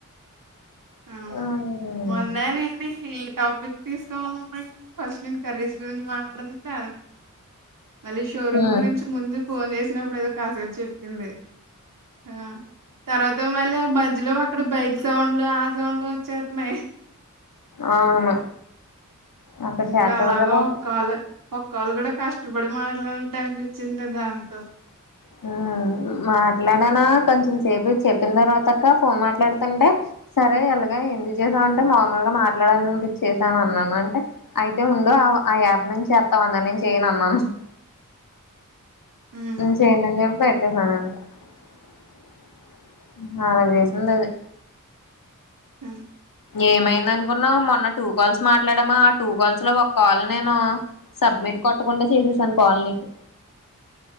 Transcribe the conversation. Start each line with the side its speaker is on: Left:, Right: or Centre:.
Right: ఆ
Left: ఉమ్
Right: మొన్నే నిలిపేసి ఈ టాపిక్ తీసుకోవమ్మ ఫస్ట్ నేను కర్రీస్ గురించి మాట్లాడదంటే అద మళ్ళీ షోరూమ్
Left: ఉమ్
Right: గురించి ముందు ఫోన్ చేసినప్పుడు ఏదో కాసేపు చెప్పింది ఆ తర్వాత మళ్ళీ ఆ బజ్లో అక్కడ బైక్ సౌండ్లు <unintelligible>
Left: అవును అక్కడ
Right: ఇంకా
Left: చేతది
Right: అలాగా
Left: కదా ఉమ్
Right: కాల కాళ్ళు కూడా కష్టపడి మాట్లానట్టు అనిపించింది దాంతో
Left: మ మాట్లాడానా కొంచెం సేపు చెప్పిన తర్వాత అక్క ఫోన్ మాట్లాడుతుంటే సరే అలాగా ఎందుకు చే అంటే మామూలుగా మాట్లాడాలినిపించ చేసాను అన్నాను అంటే అయితే ముందు ఆ యాప్ నుంచి అస్తా అం చేయ అన్నను <inaudible>
Right: హ్మ్
Left: చేన పెట్టేసానకా <inaudible> అ అలా చేసింది అది
Right: హ్మ్
Left: ఏమైంద అనుకున్నావు మొన్న టూ కాల్స్ మాట్లాడమా ఆ టూ కాల్స్ లో ఒక కాల్ నేను సబ్మిట్ సబ్మిట్ కొట్టకుండా చేసేసాను కాల్ నీకు